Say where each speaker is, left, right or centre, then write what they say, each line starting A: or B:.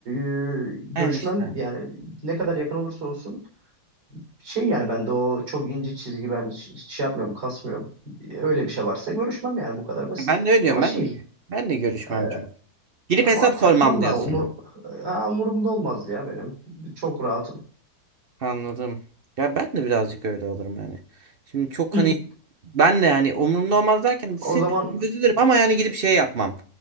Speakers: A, on the right; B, on the right.
A: e, görüşmem
B: He işte.
A: yani ne kadar yakın olursa olsun şey yani ben de o çok ince çizgi ben hiç, hiç şey yapmıyorum, kasmıyorum. E, Öyle bir şey varsa görüşmem yani bu kadar basit.
B: Ben de öyle diyorum.
A: Ama şey
B: Ben de, ben de görüşmem
A: e,
B: çok. Gidip
A: ama
B: hesap
A: takmam
B: sormam diyorsun.
A: da umur, e, ha, umurumda olmaz ya benim. Çok rahatım.
B: Anladım. Ya ben de birazcık öyle olurum yani. Şimdi çok
A: <clears throat>
B: hani ben de yani umurumda olmaz derken sinirlenirim,
A: O zaman
B: üzülürüm ama yani gidip şey yapmam.